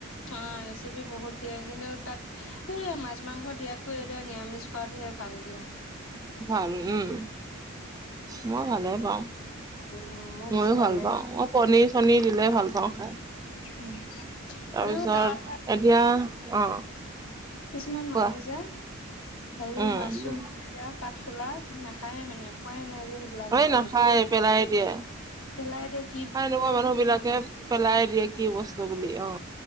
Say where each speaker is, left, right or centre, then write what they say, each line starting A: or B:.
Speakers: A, on the left; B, on the right.
A: অ' ৰেচিপি বহুত দিয়ে, কিন্তু তাত এ মাছ মাংস দিয়াতকৈ এতিয়া নিৰামিষ খোৱাটোহে ভাল দিয়া।
B: ভাল উম মই ভালে পাওঁ
A: উম মই
B: ময়ো
A: বেছি
B: ভাল
A: ভালে
B: পাওঁ ম পনীৰ চনীৰ দিলে ভাল পাওঁ খাই
A: উম
B: তাৰপিছত
A: আৰু তাৰ <unintelligible>
B: এতিয়া অ
A: কিছুমান মানুহ
B: কোৱা
A: যে হেৰি
B: উম
A: মাছৰুম ইয়াক কাঠফুলা নাখায়ে মানে খোৱাই নাই যে সেইবিলাক
B: এই
A: মানুহ
B: নাখায় পেলাই দিয়ে
A: পেলাই দিয়ে
B: খাই নোপোৱা মানুহ বিলাকে পেলাই দিয়ে কি বস্তু বুলি অ